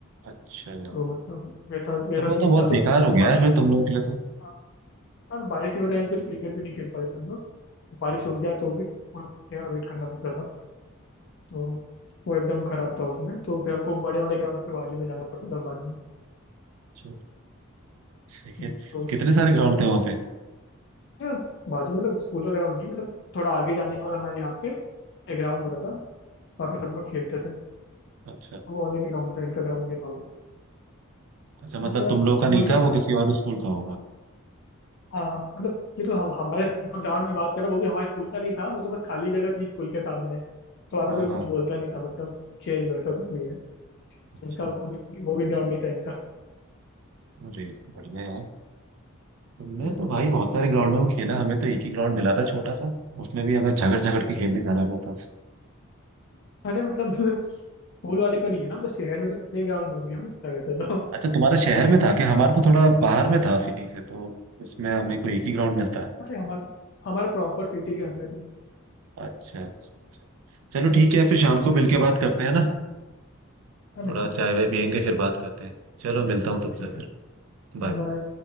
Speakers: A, on the right; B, on the left.
A: अच्छा
B: तो मतलब वैसा वैसा
A: तब वो
B: सीन
A: तो बहुत
B: था
A: बेकार
B: तो
A: हो गया
B: बारिश
A: है फिर तुम लोगों के लिए तो
B: हाँ हाँ, तो बारिश के टाइम पे तो क्रिकेट भी नहीं खेल पाते थे हम लोग बारिश
A: हम्म,
B: रुक जाए तो भी उन्हें रुकने का वेट करना पड़ता था तो वो एकदम खराब था उसमें तो फिर हमको बड़े वाले ग्राउंड पे बाजू में जाना पड़ता था बाद में
A: अच्छा ठीक
B: हम्म,
A: है
B: तो
A: कितने सारे ग्राउंड थे वहाँ पे
B: या, बाजू में मतलब स्कूल का ग्राउंड नहीं मतलब थोड़ा आगे जाने के बाद हमारे यहाँ पे एक ग्राउंड होता था वहाँ
A: हम्म,
B: पे सब लोग खेलते थे
A: अच्छा
B: तो वो अलग ही ग्राउंड था इनका ग्राउंड नहीं था वो
A: अच्छा मतलब
B: वो तो मतलब
A: तुम लोग का
B: स्कूल
A: नहीं
B: के
A: था
B: साथ
A: वो किसी और स्कूल का होगा
B: हाँ हाँ मतलब ये तो हम हमारे जो ग्राउंड में बात कर रहा हूँ वो भी हमारे स्कूल का नहीं था वो तो बस खाली जगह थी स्कूल के सामने तो वहाँ
A: हाँ
B: पे कोई
A: हाँ
B: कुछ बोलता नहीं था मतलब खेल लो ऐसा कुछ नहीं है
A: अच्छा
B: इनका वो भी वो भी ग्राउंड नहीं था इनका
A: अरे बढ़िया यार हमने
B: हम्म।
A: तो भाई बहुत सारे ग्राउंडों में खेला हमें तो एक ही ग्राउंड मिला था छोटा सा उसमें भी हमें झगड़ झगड़ के खेलने जाना पड़ता था
B: अरे मतलब <laughs> स्कूल वाले का नहीं है ना मतलब शहर में तो कितने ग्राउंड होंगे मतलब वैसे तो
A: अच्छा तुम्हारा शहर में था कि हमारा तो थोड़ा बाहर में था सिटी से तो उसमें हमें को एक ही ग्राउंड मिलता है
B: अरे हमारा हमारा प्रॉपर सिटी के अंदर ही है
A: अच्छा अच्छा। चलो ठीक है फिर शाम को मिलके बात करते हैं ना
B: हाँ बिल्कुल
A: थोड़ा चाय वाय पियेंगे फिर बात करते हैं चलो मिलता हूँ तुमसे
B: ठीक है
A: फिर बाय
B: बाय